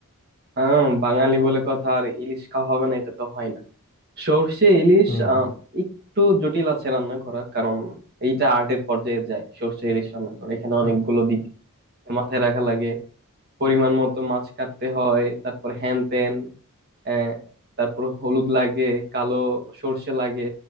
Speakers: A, on the right; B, on the left.
A: আহ, বাঙালি বলে কথা আর ইলিশ খাওয়া হবে না এটা তো হয় না সর্ষে ইলিশ
B: হুম
A: আহ,
B: হুম
A: একটু জটিল আছে রান্না করা কারণ এইটা আর্টের পর্যায়ে যায় সর্ষে ইলিশ রান্না করা এখানে
B: হুম
A: অনেকগুলো দিক মাথায় রাখা লাগে পরিমাণ মতো মাছ কাটতে হয় তারপর হ্যান ত্যান আহ, তারপর হলুদ লাগে কালো সর্ষে লাগে